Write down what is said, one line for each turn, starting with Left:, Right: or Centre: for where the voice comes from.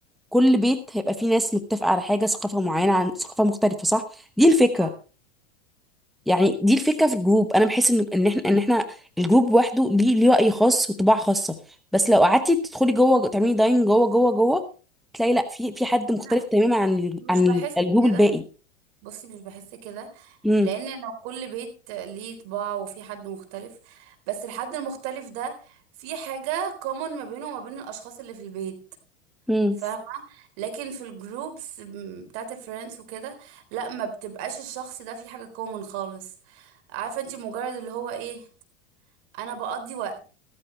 Centre: كل بيت هيبقى فيه ناس متفقه على حاجه ثقافه معينه عن ثقافه مختلفه صح دي الفكره
Right: صح
Centre: يعني دي الفكره في الجروب انا بحس ان ان احنا ان احنا الجروب لوحده ليه ليه راي خاص وطباع خاصه بس لو قعدتي تدخلي جوه تعملي داين جوه جوه جوه تلاقي لا في في حد مختلف
Right: لا
Centre: تماما عن ال-
Right: مش
Centre: عن
Right: بحس
Centre: الجروب
Right: كده
Centre: الباقي
Right: بصي مش بحس كده
Centre: امم.
Right: لان لو كل بيت ليه طباع وفي حد مختلف بس الحد المختلف ده في حاجة common ما بينه وما بين الاشخاص اللي في البيت
Centre: مم.
Right: فاهمة لكن في الجروبس بتاعت الفريندز وكده لا ما بتبقاش الشخص ده في حاجة common خالص عارفة انت مجرد اللي هو ايه انا بقضي وقت